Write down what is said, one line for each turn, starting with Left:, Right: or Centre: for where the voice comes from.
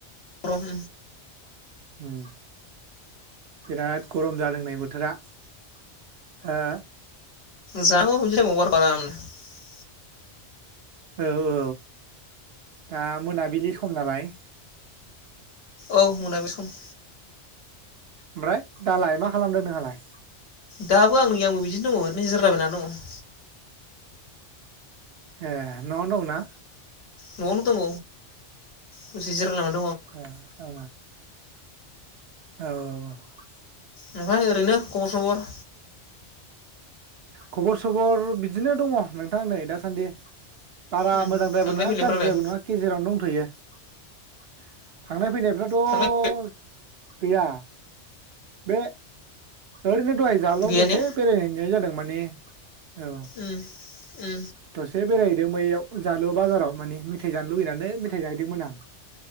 Left: गरम
Right: उम। बिराद ग'रम जादों नै बोथोरा। हो?
Left: <unintelligible>
Right: औ औ दा मोनाबिलि सम नालाय।
Left: औ मोना बे सम।
Right: ओमफ्राय दालाय मा खालामदों नोंहालाय?
Left: दाबो आंनि आंबो बिदिनो दङ' ओरैनो जिरलाबायना दङ। '
Right: ए न'आवनो दं ना?
Left: न'आवनो दंङ' दसे जिराय <unintelligible>
Right: ओ ओ औ औ औ।
Left: ओमफ्राय ओरैनो ख खबर
Right: खबर सबर बिदिनो दङ' नोंथां नै दासान्दि। बारा
Left: उम
Right: मोजांद्रायबो
Left: थांलाय
Right: नङा
Left: फैलायफ्रालाय
Right: गाज्रिद्रायबो नङा गेजेरावनो दं। <unintelligible> थांनाय फैनाय फोराथ'
Left: थांलाय
Right: गैया। बे एरैनो दहाय जालाव
Left: गैया
Right: दसे
Left: ने
Right: बेरायहैनाय जादों। माने औ।
Left: उम उम
Right: दसे बेराय दों बैयाव जालु बाजाराव माने मेथाइ जानो लुुबैनानै मेथाइ जाहैदोंमोन आं